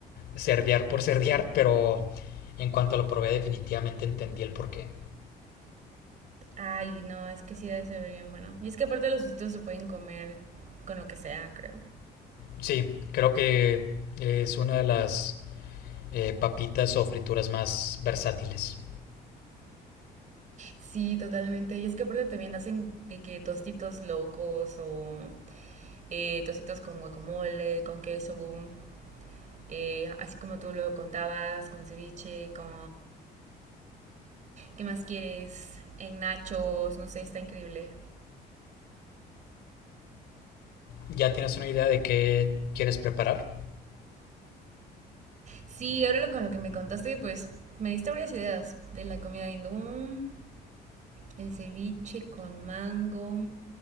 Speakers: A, on the left; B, on the right.
A: cerdear por <laughs> cerdear, pero en cuanto lo probé definitivamente entendí el porqué.
B: ay, no, es que sí debe ser bien bueno. Y es que aparte los tostitos se pueden comer con lo que sea, creo.
A: Sí, creo que es una de las eh, papitas o frituras más versátiles.
B: Sí, totalmente. Y es que aparte también hacen de que tostitos locos o eh, tocitos con guacamole, con queso, boom. Eh, así como tú lo contabas, con ceviche, con... ¿Qué más quieres? En nachos, no sé, está increíble.
A: Ya tienes una idea de qué quieres preparar,
B: Sí, ahora lo- con lo que me contaste, pues me diste varias ideas de la comida hindú, el ceviche con mango.